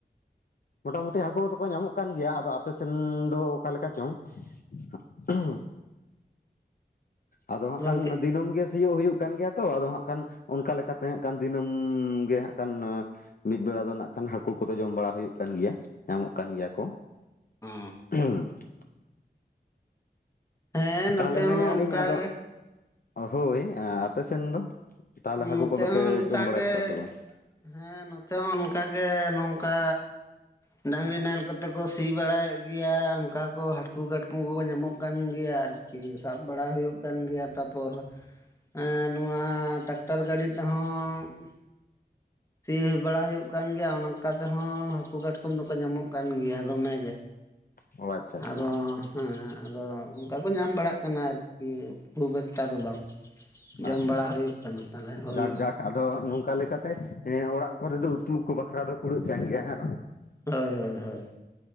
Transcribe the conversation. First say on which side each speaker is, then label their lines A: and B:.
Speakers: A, on the left; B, on the left.
A: ᱢᱚᱴᱟᱢᱩᱴᱤ ᱦᱟᱠᱚ ᱠᱚᱫᱚ ᱠᱚ ᱧᱟᱢᱚᱜ ᱠᱟᱱ ᱜᱮᱭᱟ ᱟᱫᱚ ᱟᱯᱮ ᱥᱮᱱ ᱫᱚ ᱚᱠᱟ ᱞᱮᱠᱟ ᱪᱚᱝ <unintelligible> ᱟᱫᱚ ᱦᱟᱸᱜ
B: ᱜᱚᱝᱠᱮ
A: ᱠᱷᱟᱱ ᱫᱤᱱᱟᱹᱢ ᱜᱮ ᱥᱤᱭᱳᱜ ᱦᱩᱭᱩᱜ ᱠᱟᱱ ᱜᱮᱭᱟ ᱛᱚ ᱟᱫᱚ ᱦᱟᱸᱜ ᱠᱷᱟᱱ ᱚᱱᱠᱟ ᱞᱮᱠᱟᱛᱮ ᱦᱟᱸᱜ ᱠᱷᱟᱱ ᱫᱤᱱᱟᱹᱢ ᱜᱮ ᱦᱟᱸᱜ ᱠᱷᱟᱱ ᱢᱤᱫ ᱵᱮᱲᱟ ᱫᱚ ᱱᱷᱟᱜ ᱠᱷᱟᱱ ᱦᱟᱹᱠᱩ ᱠᱚᱫᱚ ᱡᱚᱢ ᱵᱟᱲᱟ ᱦᱩᱭᱩᱜ ᱠᱟᱱ ᱜᱮᱭᱟ ᱧᱟᱢᱚᱜ ᱠᱟᱱ ᱜᱮᱭᱟ ᱠᱚ
B: ᱚ
A: <unintelligible>
B: ᱦᱮᱸ
A: ᱛᱟᱦᱚᱞᱮ
B: ᱱᱚᱛᱮ ᱦᱚᱸ
A: ᱢᱮᱱᱮᱫ ᱟᱹᱞᱤᱧ
B: ᱚᱱᱠᱟ
A: ᱟᱫᱚ
B: ᱜᱮ
A: ᱦᱳᱭ ᱟᱸ ᱟᱯᱮ ᱥᱮᱱ ᱫᱚ ᱛᱟᱦᱚᱞᱮ
B: ᱱᱚᱛᱮ
A: ᱦᱟᱹᱠᱩ ᱠᱚᱫᱚ
B: ᱦᱚᱸ
A: ᱯᱮ
B: ᱚᱱᱠᱟ
A: ᱡᱚᱢ ᱵᱟᱲᱟᱭᱮᱫ
B: ᱜᱮ
A: ᱠᱚᱣᱟ ᱥᱮ ᱵᱟᱝ
B: ᱦᱮᱸ ᱱᱚᱛᱮ ᱦᱚᱸ ᱚᱱᱠᱟ ᱜᱮ ᱱᱚᱝᱠᱟ ᱰᱟᱹᱝᱨᱤ ᱱᱟᱦᱮᱞ ᱠᱚᱛᱮ ᱠᱚ ᱥᱤ ᱵᱟᱲᱟᱭᱮᱫ ᱜᱮᱭᱟ ᱚᱱᱠᱟ ᱠᱚ ᱦᱟᱹᱴᱠᱩ ᱠᱟᱴᱠᱚᱢ ᱠᱚᱠᱚ ᱧᱟᱢᱚᱜ ᱠᱟᱱ ᱜᱮᱭᱟ ᱟᱨ ᱠᱤ ᱥᱟᱵᱽ ᱵᱟᱲᱟ ᱦᱩᱭᱩᱜ ᱠᱟᱱ ᱜᱮᱭᱟ ᱛᱟᱯᱚᱨ ᱮᱸ ᱱᱚᱣᱟ ᱴᱟᱠ ᱴᱟᱨ ᱜᱟᱹᱲᱤ ᱛᱮᱦᱚᱸ ᱥᱤ ᱵᱟᱲᱟ ᱦᱩᱭᱩᱜ ᱠᱟᱱ ᱜᱮᱭᱟ ᱚᱱᱟ ᱚᱱᱠᱟ ᱛᱮᱦᱚᱸ ᱦᱟᱹᱠᱩ ᱠᱟᱴᱠᱚᱢ ᱫᱚᱠᱚ ᱧᱟᱢᱚᱜ ᱠᱟᱱ ᱜᱮᱭᱟ ᱫᱚᱢᱮ
A: ᱚ ᱟᱪᱪᱷᱟ ᱟᱪᱪᱷᱟ
B: ᱟᱫᱚ
A: ᱟᱪᱪᱷᱟ
B: ᱦᱮᱸ ᱟᱫᱚ ᱚᱱᱠᱟ ᱠᱚ ᱧᱟᱢ ᱵᱟᱲᱟ-ᱜ ᱠᱟᱱᱟ ᱟᱨᱠᱤ ᱠᱷᱩᱵ ᱮᱠᱴᱟ ᱫᱚ ᱵᱟᱝ᱾ ᱡᱚᱢ
A: ᱟᱪᱪᱷᱟ
B: ᱵᱟᱲᱟ
A: ᱟᱪᱪᱷᱟ
B: ᱦᱳᱭᱳᱜ ᱠᱟᱱᱟ᱾ ᱛᱟᱦᱚᱞᱮ ᱦᱳᱭ
A: ᱡᱟᱠ ᱡᱟᱠ ᱟᱫᱚ ᱱᱚᱝᱠᱟ ᱞᱮᱠᱟᱛᱮ ᱮᱸ ᱚᱲᱟᱜ ᱠᱚᱨᱮ ᱫᱚ ᱩᱛᱩ ᱠᱚ ᱵᱟᱠᱷᱨᱟ ᱫᱚ ᱠᱩᱲᱟᱹᱜ ᱠᱟᱱ ᱜᱮᱭᱟ ᱦᱮ
B: ᱦᱳᱭ ᱦᱳᱭ ᱦᱳᱭ᱾